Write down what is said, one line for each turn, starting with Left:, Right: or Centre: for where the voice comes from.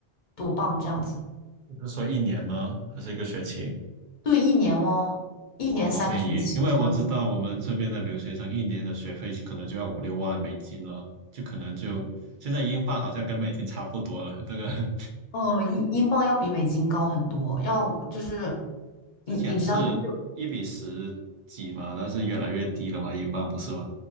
Left: 多镑这样子。
Right: 你是说一年吗？还是一个学期？
Left: 对，一年哦，一年三个学期这样子。
Right: 哇，好便宜！因为我知道我们这边的留学生一年的学费可能就要五六万美金了，就可能就现在英镑好像跟美金差不多了，这个 <laughs>
Left: 哦，英英镑要比美金高很多，要就是
Right: 之前是一比十几嘛，
Left: 你你知道，就是
Right: 但是越来越低了嘛，英镑不是吗？